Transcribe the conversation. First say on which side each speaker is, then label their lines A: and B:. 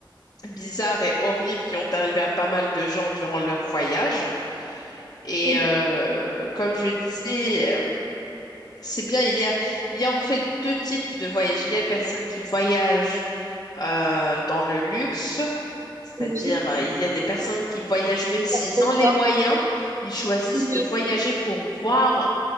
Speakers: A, on the left (about 45°); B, on the right (about 35°).
A: bizarres et horribles qui ont arrivé à pas mal de gens durant leur voyage. Et
B: Mhm.
A: euh, comme je disais, euh, c'est bien, il y a, il y a en fait deux types de voyages. Il y a les personnes qui voyagent euh, dans le luxe, c'est-à-dire
B: Oui,
A: euh, il y a des personnes qui voyagent même s'ils
B: ça te conforte.
A: ont les moyens, ils choisissent
B: Oui.
A: de voyager pour voir